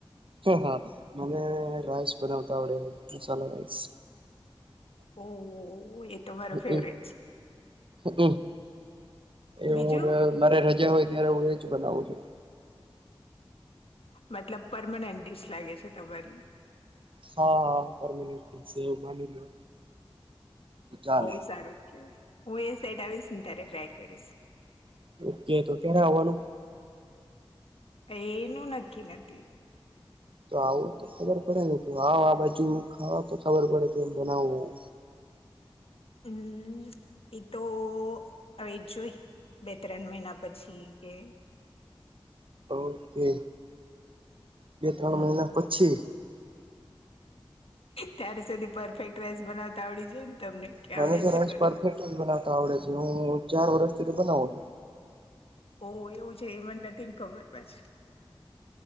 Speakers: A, on the right (about 65°); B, on the left (about 85°).
A: હા મને રાઈસ બનાવતા આવડે છે મસાલ રાઈસ
B: ઓ એ તો મારો
A: હમ
B: ફેવરેટ છે
A: હમ એ
B: બીજું
A: હું મારે રજા હોય ત્યારે હું એજ બનાવું છું
B: મતલબ પરમનન્ટ ડિશ લાગે છે તમારી
A: હાા પરમીન છે એવું માની લો તો ચાલે
B: બહુ સારું કેવાય હું એ સાઈડ આવીશ ને ત્યારે ટ્રાય કરીશ
A: ઓકે તો કેને આવવાનું
B: એનું નક્કી નથી
A: તો આવો તો ખબર પડે ને ત આવ આ બાજુ ખાવા તો ખબર પડે કે બનાવું
B: હમ એતો હવે જોઈ બે ત્રણ મહિના પછી કે
A: ઓકે બે ત્રણ
B: હમ
A: મહિના પછી
B: ત્યારે સુધી પરફેક્ટ રેસ બનાવતા આવડી જોઈ ને તમને કે
A: મને
B: આવડે
A: તો
B: જ છે
A: રસ પરફેક્ટ જ બનાવતા આવડે છે હું ચાર વર્ષથી તો બનાવું
B: ઓ એવું છે એ મને નથી ને ખબર પછી